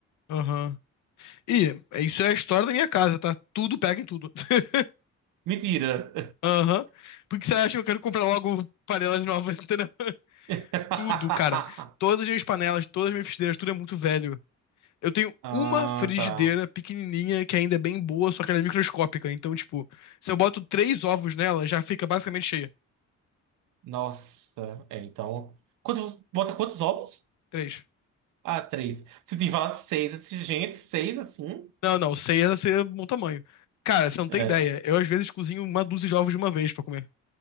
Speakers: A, on the left; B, on the right.
A: Aham. E isso é a história da minha casa, tá? Tudo pega em tudo. <laughs>
B: Mentira!
A: Aham. Por que você acha que eu quero comprar logo panelas novas, entendeu? <laughs>
B: <laughs>
A: Tudo, cara. Todas as minhas panelas, todas as minhas frigideiras, tudo é muito velho. Eu tenho
B: Ah,
A: uma frigideira
B: tá.
A: pequenininha que ainda é bem boa, só que ela é microscópica. Então, tipo, se eu boto três ovos nela, já fica basicamente cheia.
B: Nossa. É, então. Quantos, bota quantos ovos?
A: Três.
B: Ah, três. Você tem falado seis. Eu disse, gente, seis assim?
A: Não, não, seis ia ser um bom tamanho. Cara, você não tem
B: É.
A: ideia. Eu às vezes cozinho uma dúzia de ovos de uma vez pra comer.